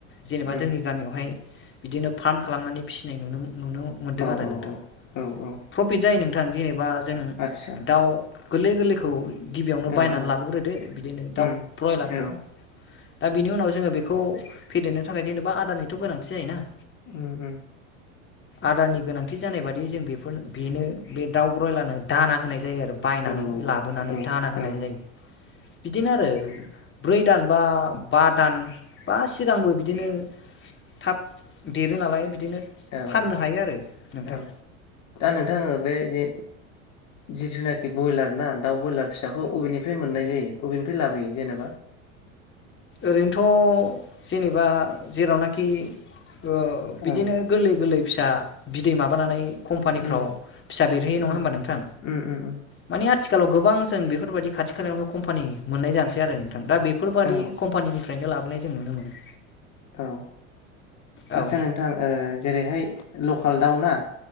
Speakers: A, on the left; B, on the left.
A: जेनेबा
B: उम
A: जोंनि गामियावहाय बिदिनो फार्म खालामनानै फिसिनाय नुनो मोनदों
B: औ
A: आरो नोंथां
B: औ औ औ
A: प्रफिट जायो नों थां जेनेबा जों
B: आदसा
A: दाउ गोरलै गोरलैखौ गिबियावनो
B: औ
A: बायनानै
B: औ
A: लाबोग्रोदो बिदिनो
B: उम
A: दाउ ब्रयलारखौ
B: औ
A: दा बिनि उनाव जोङो बेखौ फेदेरनो थाखाय जेनेबा आदारानिथ' गोनांथि जायोना
B: उम उम
A: आदारनि गोनांथि जानाय बादि जों बेफोरनो बेनो बे दाउ ब्रयलारनो दाना होनाय जायो आरो बाय
B: औ
A: लाबोनानै
B: औ
A: दाना होनाय
B: औ
A: जायो। बिदिनो आरो ब्रै दान बा बा दान बा सिगांबो बिदिनो थाब देरो नालाय बिदिनो
B: औ औ
A: फाननो हायो आरो नोंथां
B: औ दा नोंथा आङो बे जे जि जुनादनि बयलार ना दाउ ब्रयलार फिसाखौ अबेननिफ्राय मोननाय जायो अबेननिफ्राय लाबोयो जेनेबा?
A: ओरैनोथ' जेनेबा जेरावनाखि ओ
B: औ
A: बिदिनो गोरलै गोरलै फिसा बिदै माबानानै कम्पानिफ्राव
B: उम
A: फिसा बेरहैयो नङा
B: उम
A: होमबा नोंथां?
B: उम उम
A: मानि आथिखालाव गोबां जों बेफोरबायाददि खाथि खालायावनो कम्पानि मोननाय जानोसै आरो नोंथां दा बेफोरबादि
B: औ
A: कम्पानिनि फ्रायनो लाबोनाय जों नुनो मोनो।
B: औ
A: औ
B: आदसा नोंथां जेरैहाय लकाल दाउ ना